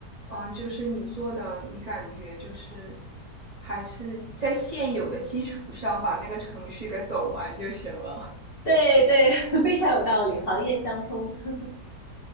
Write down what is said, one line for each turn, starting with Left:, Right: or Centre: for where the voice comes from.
Right: 嗯，就是你做的，你感觉就是还是在现有的基础上把那个程序给走完就行了。
Left: 对对，<laughs> 非常有道理，行业相通。<laughs>